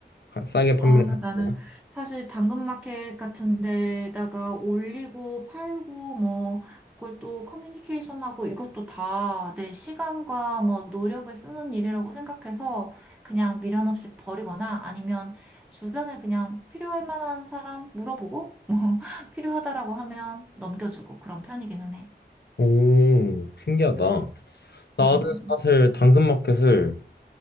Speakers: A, on the left; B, in the centre.
A: 싸게 판매를
B: 아, 나는
A: 하거나?
B: 사실 당근마켓 같은 데다가 올리고 팔고 뭐 그걸 또 커뮤니케이션하고 이것도 다 내 시간과 뭐 노력을 쓰는 일이라고 생각해서 그냥 미련 없이 버리거나 아니면 주변에 그냥 필요할 만한 사람 물어보고 <laughs> 뭐 필요하다라고 하면 넘겨주고 그런 편이기는 해.
A: 오, 신기하다. 나는
B: 음.
A: 사실 당근마켓을